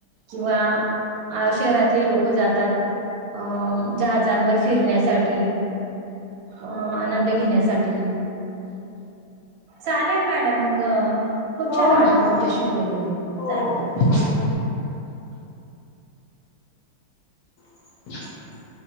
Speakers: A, on the right; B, on the left.
A: किंवा आ, शहरातली लोक जातात. अ जहाजांवर फिरण्यासाठी, अ आनंद घेण्यासाठी. चालेल मॅडम मग, खूप
B: हो
A: छान वाटलं
B: चालेल
A: तुमच्याशी
B: ठीक
A: बोलून
B: आहे. हो
A: चालेल.
B: मला <unintelligible>